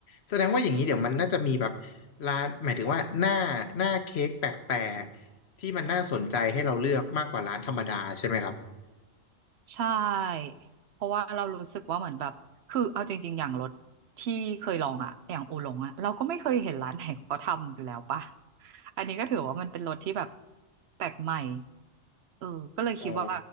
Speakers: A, on the left; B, on the right.
A: แสดงว่าอย่างนี้เดี๋ยวมันน่าจะมีแบบร้านหมายถึงว่าหน้าหน้าเค้กแปลกๆที่มันน่าสนใจให้เราเลือกมากกว่าร้านธรรมดาใช่ไหมครับ
B: ใช่เพราะว่าเรารู้สึกว่าเหมือนแบบคือเอาจริงๆอย่างรสที่เคยลองอ่ะอย่างอูหลงอ่ะเราก็ไม่เคยเห็นร้านไหนเขาทำอยู่แล้วป่ะอันนี้ก็ถือว่ามันเป็นรสที่แบบแปลกใหม่เออก็เลยคิดว่า
A: อ๋อ